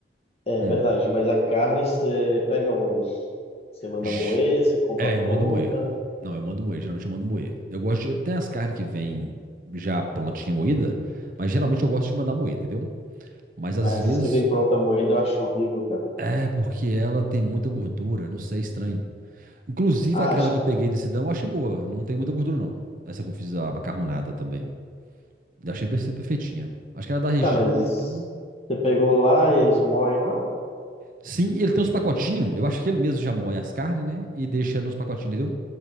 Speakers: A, on the left; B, on the right.
A: é
B: Hum.
A: verdade, mas a carne você pega onde? Você manda
B: J-
A: moer, você compra
B: É,
A: pronta.
B: eu mando moer. Não, eu mando moer. Geralmente eu mando moer. Eu gosto de. Tem as carnes que vêm já prontinha moída, mas geralmente eu gosto de mandar moer, entendeu? Mas às
A: Ah, essas
B: vezes
A: que vêm pronta moída eu acho horrível, cara.
B: é porque ela tem muita gordura, não sei, é estranho. Inclusive
A: Ah,
B: aquela
A: acho,
B: que eu peguei nesse dão, eu achei boa. Não tem muita gordura, não. Essa que eu fiz a macarronada também. Eu achei perfe- perfeitinha. Acho que era da região,
A: tá, mas
B: né? Então.
A: você pegou lá e eles moem lá?
B: Sim, e ele tem uns pacotinhos. Eu acho que ele mesmo já moe as carnes, né? E deixa nos pacotinhos, entendeu?